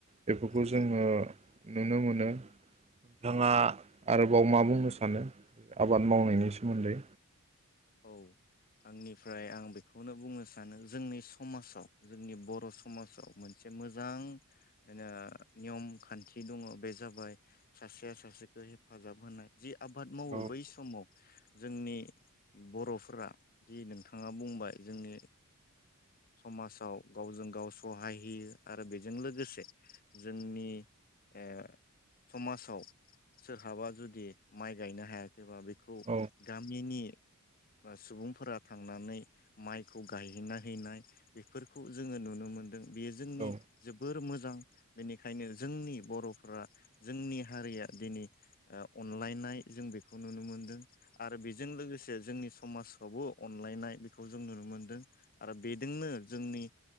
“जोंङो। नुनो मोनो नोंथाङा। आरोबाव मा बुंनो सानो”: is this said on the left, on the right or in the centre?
Right